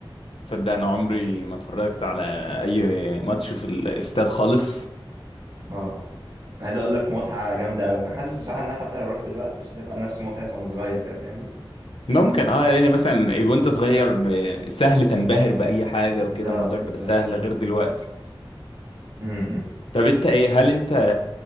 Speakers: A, on the left; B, on the right.
A: تصدق انا عمري ما اتفرجت على اي ماتش في الاستاد خالص
B: اه انا عايز اقول لك متعه جامده قوي انا حاسس بصراحه ان أنا حتى لو رحت دلوقتي مش هتبقى نفس متعه وانا صغير كده فاهمني
A: ممكن اه يعني مثلا وانت صغير ب- سهل تنبهر بأي حاجة
B: بالظبط
A: وكده الموضوع بيبقى
B: بالظبط
A: سهل غير دلوقتي
B: امم
A: طب انت ايه هل انت